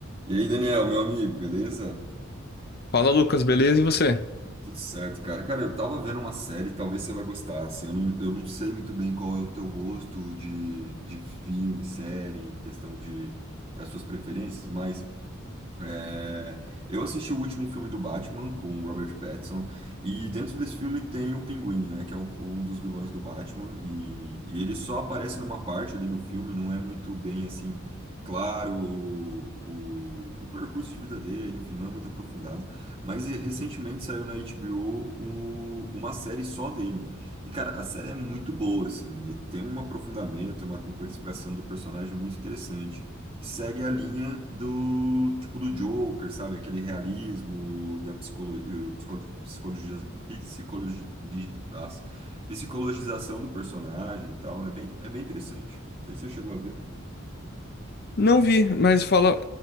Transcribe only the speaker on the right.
E aí, Daniel, meu amigo, beleza?
Tudo certo, cara. Cara, eu tava vendo uma série, talvez você vai gostar, assim, eu não, eu não sei muito bem qual é o teu gosto de, de filme, série, questão de as suas preferências, mas É, eu assisti o último filme do Batman com o Robert Pattinson e dentro desse filme tem o Pinguim, né, que é um, um dos vilões do Batman e, e ele só aparece numa parte ali do filme, não é muito bem assim claro o, o, o percurso de vida dele, enfim, não é muito aprofundado. Mas eh, recentemente saiu na HBO o- o- uma série só dele e cara, a série é muito boa assim, e tem um aprofundamento, uma complexificação do personagem muito interessante que segue a linha do tipo do Joker, sabe? Aquele realismo e a psicologia, psicologia, psicologi- nossa, psicologização do personagem e tal. É bem, é bem interessante. Não sei se você chegou a ver.